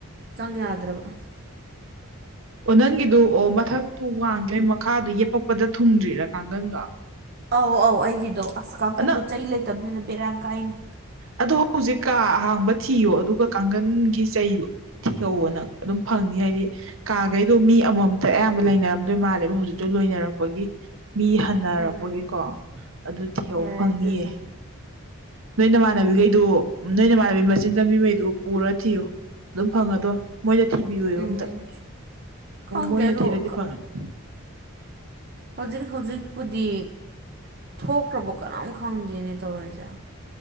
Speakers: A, on the right (about 45°); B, on the right (about 70°).
A: ꯆꯪ ꯌꯥꯗ꯭ꯔꯕ <inaudible>
B: ꯑꯣ ꯅꯪꯒꯤꯗꯨ ꯑꯣ ꯃꯊꯛꯇꯨ ꯋꯥꯡꯒꯤꯕꯩ ꯃꯈꯥꯗꯨ ꯌꯦꯞꯄꯛꯄꯗ ꯊꯨꯡꯗ꯭ꯔꯤꯔꯥ ꯀꯥꯡꯒꯟꯗꯣ
A: ꯑꯧ ꯑꯧ ꯑꯩꯒꯤꯗꯣ ꯑꯁ ꯀꯥꯡꯈꯟꯗꯣ
B: ꯅꯪ
A: ꯆꯩ ꯂꯩꯇꯕꯅꯤꯅ ꯕꯦꯔꯥ ꯌꯥꯝ ꯀꯥꯏꯅꯦ
B: ꯑꯗꯣ ꯍꯧꯖꯤꯛ ꯀꯥ ꯑꯍꯥꯡꯕ ꯊꯤꯌꯣ ꯑꯗꯨꯒ ꯀꯥꯡꯒꯟꯒꯤ ꯆꯩꯗꯣ ꯊꯤꯍꯧꯑꯣ ꯅꯪ ꯑꯗꯨꯝ ꯐꯪꯅꯤ ꯍꯥꯏꯗꯤ ꯀꯥꯒꯩꯗꯣ ꯃꯤ ꯑꯃꯃꯝꯇ ꯑꯌꯥꯝꯕ ꯂꯩꯅꯔꯝꯗꯣꯏ ꯃꯥꯜꯂꯦꯕ ꯍꯧꯖꯤꯛꯇꯣ ꯂꯣꯏꯅꯔꯛꯄꯒꯤ ꯃꯤ ꯍꯟꯅꯔꯛꯄꯒꯤꯀꯣ
A: ꯎꯝ
B: ꯑꯗꯨ ꯊꯤꯍꯧ
A: ꯌꯥꯔꯦ
B: ꯐꯪꯅꯤꯌꯦ
A: ꯑꯗꯨꯁꯨ
B: ꯅꯣꯏ ꯅꯃꯥꯟꯅꯕꯤꯒꯩꯗꯨ
A: ꯎꯝ
B: ꯅꯣꯏ ꯅꯃꯥꯟꯅꯕꯤ ꯃꯆꯤꯟ ꯀꯟꯕꯤ ꯑꯃ ꯂꯩꯗꯨ ꯄꯨꯔ ꯊꯤꯌꯨ ꯑꯗꯨꯝ ꯐꯪꯉꯗꯣꯝꯅꯤ ꯃꯣꯏꯅ ꯊꯤꯕꯤꯌꯣꯌꯣ
A: ꯎꯝ
B: ꯑꯝꯇ
A: ꯈꯪꯗꯦ
B: ꯃꯣꯏꯅ
A: ꯑꯗꯣ
B: ꯊꯤꯔꯗꯤ ꯐꯪꯉꯅꯤ
A: ꯍꯧꯖꯤꯛ ꯍꯧꯖꯤꯛꯄꯨꯗꯤ ꯊꯣꯛꯈ꯭ꯔꯕ ꯀꯅꯥꯝ ꯈꯪꯗꯦꯅꯦ ꯇꯧꯔꯤꯁꯦ